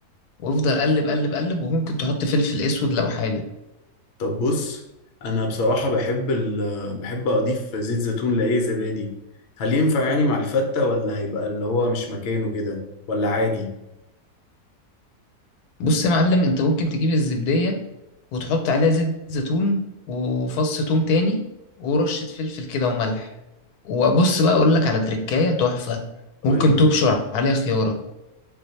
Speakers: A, on the left; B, on the left.
A: وافضل قلب قلب قلب وممكن تحط فلفل اسود لو حابب
B: طب بص انا بصراحة بحب ال... بحب اضيف زيت زيتون لاي زبادي هل ينفع يعني مع الفتة ولا هيبقى اللي هو مش مكانه كده ولا عادي
A: بص يا معلم انت ممكن تجيب الزبدية وتحط عليها زيت زيتون وفص توم تاني ورشة فلفل كده وملح وبص بقى اقول لك على تركاية تحفة
B: قول
A: ممكن
B: لي ماشي
A: تبشر عليها خيارة